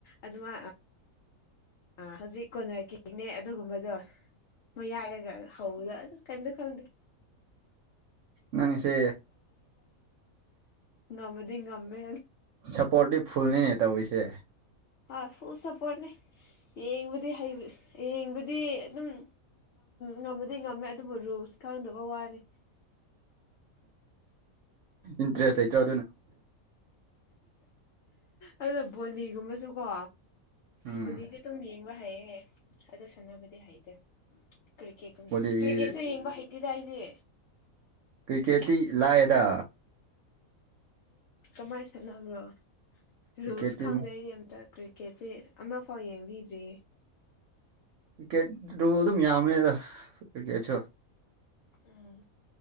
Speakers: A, on the left; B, on the right.
A: ꯑꯗꯨꯃ ꯑ ꯍꯧꯖꯤꯛ ꯀꯣꯟꯅꯔꯛꯀꯤꯅꯦ ꯑꯗꯨꯒꯨꯝꯕꯗꯣ ꯃꯌꯥꯏꯔꯒ ꯍꯧꯕꯗ ꯑꯗꯨ ꯀꯝꯗ ꯈꯪꯗꯤ
B: ꯅꯪꯁꯦ
A: ꯅꯃꯗꯤ ꯉꯃꯦ
B: ꯁꯞꯄꯣꯔꯠꯇꯤ ꯐꯨꯜꯅꯤꯅꯦ ꯇꯧꯔꯤꯁꯦ
A: ꯑ ꯐꯨꯜ ꯁꯞꯄꯣꯔꯠꯅꯤ ꯌꯦꯡꯕꯗꯤ ꯍ ꯌꯦꯡꯕꯗꯤ ꯑꯗꯨꯝ ꯉꯃꯗꯤ ꯉꯝꯃꯦ ꯑꯗꯨꯕꯨ ꯔꯨꯜꯁ ꯈꯪꯗꯕ ꯋꯥꯔꯦ
B: ꯏꯟꯇꯔꯦꯁ ꯂꯩꯇ꯭ꯔꯣ ꯑꯗꯨꯅ
A: ꯑꯗꯨꯅ ꯕꯣꯂꯤꯒꯨꯝꯕꯁꯨꯀꯣ
B: ꯎꯝ
A: ꯕꯨꯂꯤꯗꯤ ꯑꯗꯨꯝ ꯌꯦꯡꯕ ꯍꯩꯌꯦ ꯑꯗꯨ ꯁꯥꯟꯅꯕꯗꯤ ꯍꯩꯇꯦ ꯀ꯭ꯔꯤꯀꯦ
B: ꯕꯣꯂꯤꯒꯤ
A: ꯀ꯭ꯔꯤꯀꯦꯠꯁꯨ ꯌꯦꯡꯕ ꯍꯩꯇꯦꯗꯏꯗꯤ
B: ꯀ꯭ꯔꯤꯛꯀꯦꯠꯇꯤ ꯂꯥꯏꯑꯗ
A: ꯀꯃꯥꯏ ꯁꯥꯟꯅꯕ꯭ꯔꯣ ꯔꯨꯜꯁ
B: ꯀ꯭ꯔꯤꯀꯦꯠꯇꯤ
A: ꯈꯪꯗꯦ ꯑꯩꯗꯤ ꯑꯝꯇ ꯀꯔꯤ ꯑꯣ ꯀꯦꯆꯦ ꯑꯃꯛ ꯐꯥꯎ ꯌꯦꯡꯕꯤꯗ꯭ꯔꯤꯌꯦ
B: ꯀꯤꯀꯦꯠ ꯑꯗꯨꯝ ꯌꯥꯝꯃꯦ ꯑꯗ ꯀꯛꯀꯦꯠꯁꯨ
A: ꯎꯝ